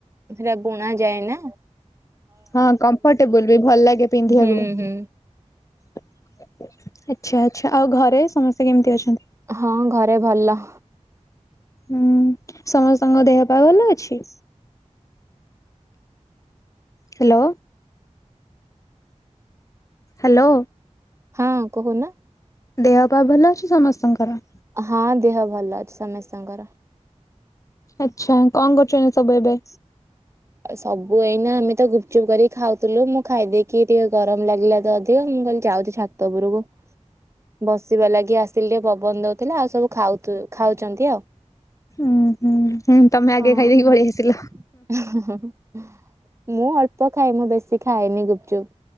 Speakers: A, on the right; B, on the left.
A: ସେଟା ବୁଣା ଯାଏ ନା।
B: ହଁ କମ୍ଫର୍ଟେବୁଲ ବି ଭଲ ଲାଗେ ପିନ୍ଧିବାକୁ।
A: ହୁଁ ହୁଁ।
B: ଆଚ୍ଛା, ଆଚ୍ଛା ଆଉ ଘରେ ସମସ୍ତେ କେମିତି ଅଛନ୍ତି?
A: ହଁ ଘରେ ଭଲ।
B: ହୁଁ ସମସ୍ତଙ୍କ ଦେହ ପା ଭଲ ଅଛି? Hello, hello!
A: ହଁ କହୁନା।
B: ଦେହ ପା ଭଲ ଅଛି ସମସ୍ତଙ୍କର?
A: ହଁ ଦେହ ଭଲ ଅଛି ସମସ୍ତଙ୍କର।
B: ଆଚ୍ଛା କଣ କରୁଛନ୍ତି ଏବେ ସବୁ ଏବେ?
A: ସବୁ ଏଇନା ଆମେ ତ ଗୁପଚୁପ କରିକି ଖାଉଥିଲୁ ମୁଁ ଖାଇଦେଇକି ଟିକେ ଗରମ ଲାଗିଲା ତ ଅଧିକ ମୁଁ କହିଲି ଯାଉଛି ଛା ଛାତ ଉପରକୁ ବସିବା ଲାଗି ଆସିଲି ଟିକେ ପବନ ଦଉଥିଲା ଆଉ ସବୁ ଖାଉ- ଖାଉଛନ୍ତି ଆଉ।
B: ଉୁଁ ହୁଁ, ହୁଁ, ତମେ ଆଗେ
A: ହଁ,
B: ଖାଇଦେଇକି ପଳେଇ
A: ହଁ।
B: ଆସିଲ।
A: ମୁଁ ଅଳ୍ପ ଖାଏ ମୁଁ ବେଶୀ ଖାଏନି ଗୁପଚୁପ।